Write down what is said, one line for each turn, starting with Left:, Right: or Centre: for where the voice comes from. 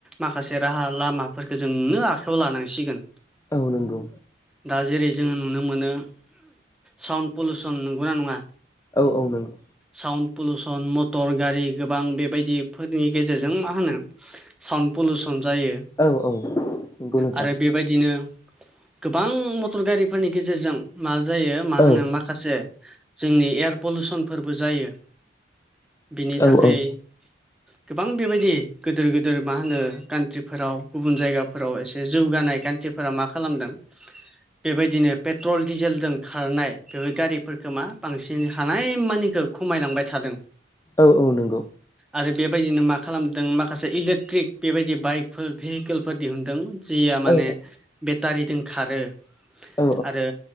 Centre: माखासे राहा लामाफोरखौ जोंनो आखायाव लानांसिगोन।
Left: औ नोंगौ।
Centre: दा जेरै जोङो नुनो मोनो साउन्ड पलुउसन नंगौना नङा?
Left: औ औ नंगौ।
Centre: साउन्ड पलुसन मटर गारि गोबां बेबायदिफोरनि गेजेरजों मा होनो साउन्ड पलुसन जायो
Left: औ औ नंगौ नोंथां
Centre: आरो बेबायदिनो गोबां मटर गारिफोरनि गेजेरजों मा जायो मा होनो
Left: औ
Centre: माख खासे जोंनि एयार पलुसनफोरबो जायो। बिनि थाखाय
Left: औ औ
Centre: गोबां बेबायदि गोदोर गोदोर मा होनो कान्ट्रिफोराव गुबुन जायगाफोराव एसे जौगानाय कान्ट्रि फोरा मा खालामदों? बेबायदिनो पेट्रल डिजेलजों खारनाय बेफोर गारिफोरखो मा बांसिन हानाय मानिखौ खमायलांबाय थादों।
Left: औ औ नोंगौ।
Centre: आरो बेबायदिनो मा खालामदों माखासे इलेक्ट्रिक बेबायदि बाइकफोर भेहिकेलफोर दिहुनदों। जिया माने
Left: औ
Centre: बेटारिजों खारो
Left: औ
Centre: आरो